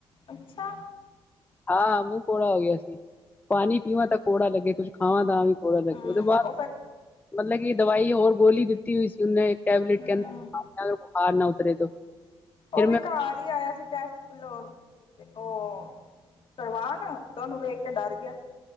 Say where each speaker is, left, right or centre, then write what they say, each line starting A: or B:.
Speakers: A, on the left (about 60°); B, on the left (about 15°).
A: ਅੱਛਾ!
B: ਹਾਂ, ਮੂੰਹ ਕੌੜਾ ਹੋਗਿਆ ਸੀ। ਪਾਣੀ ਪੀਵਾਂ ਤਾਂ ਕੌੜਾ ਲੱਗੇ, ਕੁੱਝ ਖਾਵਾਂ ਤਾਂ ਵੀ। ਨਾ ਲੱਗੇ,
A: ਹਮ
B: ਉਹਦੇ ਬਾਅਦ,
A: ਉਹ ਫਿਰ
B: ਮਤਲਬ ਕਿ ਦਵਾਈ ਹੋਰ ਗੋਲੀ ਦਿੱਤੀ ਹੋਈ ਸੀ ਉਹਨੇ ਟੈਬਲੇਟ ਕਿੰਹਦਾ,
A: ਹਮ
B: ਅੰਦਰੋਂ ਬੁਖਾਰ ਨਾ ਉਤਰੇ ਤੋ।
A: ਉਹ
B: ਫਿਰ
A: ਵੀ
B: ਮੈਂ
A: ਘਰ ਹੀ ਆਇਆ ਸੀ, ਟੈਸਟ ਬਲੋ ਤੇ ਉਹ ਕਰਵਾਨ, ਤਾਂ ਉਹਨੂੰ ਵੇਖਕੇ ਡਰ ਗਿਆ।